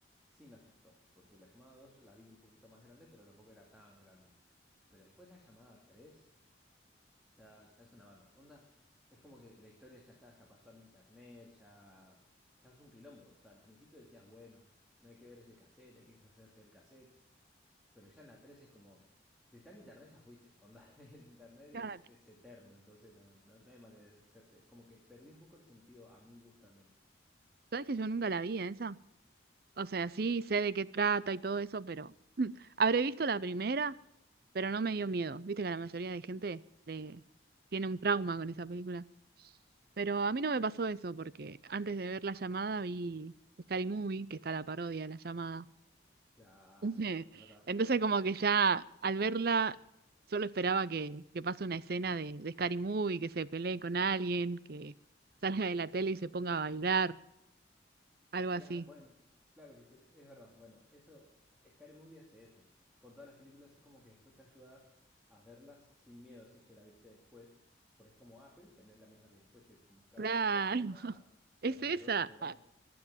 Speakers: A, in the centre; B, on the right.
A: sí me asustó, porque la llamada dos la vi un poquito más grande, pero tampoco era tan grande. Pero después la llamada tres ya, ya es una banda. Onda, es como que la historia ya está, ya pasó al internet, ya, ya es un quilombo. O sea, al principio decías, bueno, no hay que ver ese cassette, hay que deshacerse del cassette. Pero ya en la 3 es como, si está en internet ya fuiste, onda, <laughs> el internet
B: Claro.
A: es, es eterno, entonces no, no, no hay manera de deshacerte. Como que perdí un poco el sentido a mi gusto al menos.
B: ¿Sabes que yo nunca la vi esa? O sea, sí sé de qué trata y todo eso, pero <laughs> mm, habré visto la primera, pero no me dio miedo. Viste que la mayoría de gente le tiene un trauma con esa película. Pero a mí no me pasó eso, porque antes de ver La Llamada vi Scary Movie, que está la parodia de La Llamada.
A: Claro,
B: <laughs> Ujú.
A: es verdad.
B: Entonces como que ya al verla solo esperaba que, que pase una escena de, de Scary Movie, que se pelee con alguien, que salga de la tele y se ponga a bailar, algo así.
A: Cla- bueno, claro que sí, es verdad. Bueno, eso, Scary Movie hace eso. Con todas las películas es como que después te ayuda a verlas sin miedo si es que la viste después. Porque es como, ah, pero esta no es la misma que después se caga
B: Claro,
A: a trompadas con la,
B: <laughs> es
A: con la
B: esa.
A: morocha, digamos.
B: Ah,